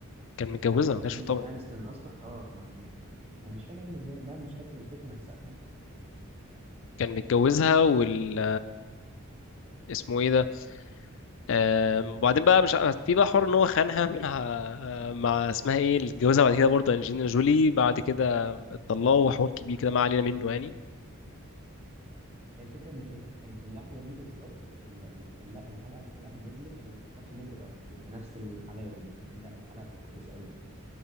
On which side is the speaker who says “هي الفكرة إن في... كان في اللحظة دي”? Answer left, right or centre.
Right